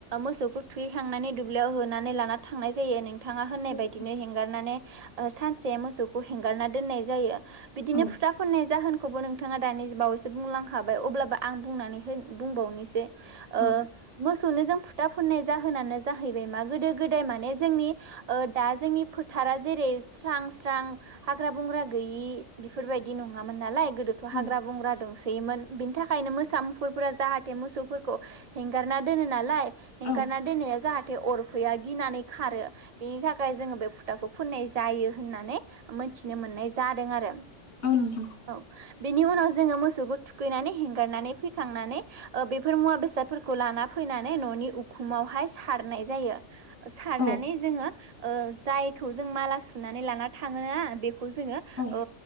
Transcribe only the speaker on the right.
मोसौखौ थुखैखांनानै दुब्लियाव होनानै लाना थांनाय जायो नोंथां बिथाङा होननाय
बायदिनो हेंगारनानै ओ सानसे मोसौखौ हेंगारना दोननाय जायो बिदिनो
फुथा फोननाय जाहोन खौबो नोंथाङा दानि बावैसो बुंलांखाबाय अब्लाबो आं बुंनानै होन बुंबावनोसै ओ
मोसौनो जों फुथा फुननाय जाहोनानो जाहैबाय मा गोदो गोदाय माने जोंनि ओ दा जोंनि फोथारा जेरै स्रां स्रां हाग्रा बंग्रा गैयि बेफोरबाय बायदि नङामोन नालाय गोदोथ'
हाग्रा बंग्रा दोंसोयोमोन बिनि थाखायनो मोसा मुफुरफोरा जाहाथे मोसौफोरखौ हेंगारना दोनो नालाय हेंगारना‌
दोननाया जाहाथे अरफैया गिनानै खारो बेनि थाखाय जोङो बे फुथाखौ फुननाय जायो होननानै मोनथिनो मोननाय जादों आरो
औ बेनि उनाव जोङो मोसौखौ थुखैनानै हेंगारनानै फैखांनानै ओ बेफोर मुवा बेसादफोरखौ लाना फैनानै न नि उखुमावहाय सारनाय जायो। ओ सारनानै
जोङो ओ जायखौ जों माला सुनानै लाना थाङोना बे खौ जोङो
ओ